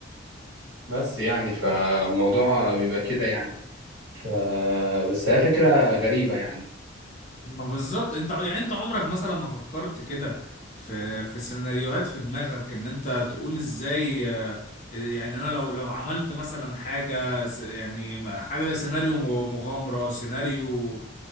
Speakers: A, on the right; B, on the left.
A: بس يعني فموضوع بيبقى كده يعني ف بس هي فكرة غريبة يعني
B: ما بالظبط انت يعني انت عمرك مثلا ما فكرت كده في في سيناريوهات في دماغك ان انت تقول ازاي آه، يعني انا لو لو عملت مثلا حاجه س- يعني حاجه سيناريو م- مغامره سيناريو